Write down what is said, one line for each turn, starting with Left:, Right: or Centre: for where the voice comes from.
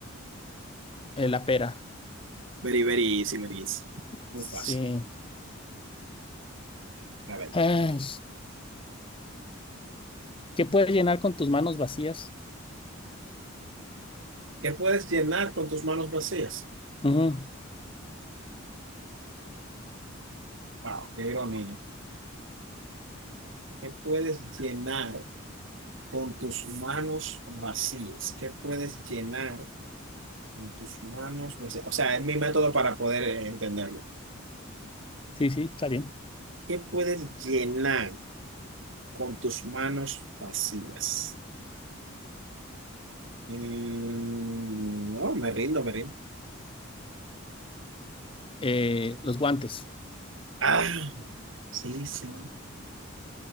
Left: Eh, la pera.
Right: Very, very easy, very easy. Muy
Left: Sí.
Right: fácil. A ver,
Left: Ay, ¿qué puedes llenar con tus manos vacías?
Right: ¿qué puedes llenar con tus manos vacías?
Left: Ujú.
Right: Wow, qué ironía. ¿Qué puedes llenar con tus manos vacías? ¿Qué puedes llenar con tus manos vacías? O sea, es mi método para poder eh, entenderlo.
Left: Sí, sí, está bien.
Right: ¿Qué puedes llenar con tus manos vacías? Mm, no, me rindo, me rindo.
Left: Eh, los guantes.
Right: Ah, sí, sí.